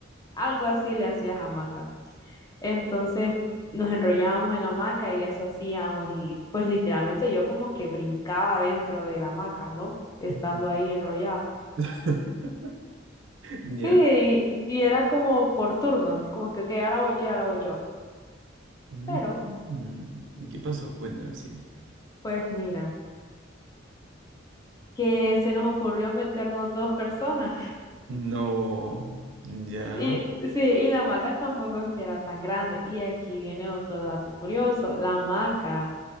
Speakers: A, on the left (about 20°); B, on the right (about 65°).
A: algo así le hacías hamaca. Entonces nos enrollábamos en la hamaca y eso hacíamos, y pues literalmente yo como que brincaba dentro de la hamaca, ¿no? Estando
B: Ujú.
A: ahí enrollada.
B: <laughs> Ya.
A: Sí, y, y era como por turnos, como que, ok, ahora voy yo, ahora voy yo.
B: Mm,
A: Pero,
B: ¿Qué pasó? Cuéntame, sí.
A: pues mira. que se nos ocurrió meternos dos personas.
B: No. Ya.
A: Y sí, y la hamaca tampoco es que era tan grande. Y aquí viene otro dato curioso. La hamaca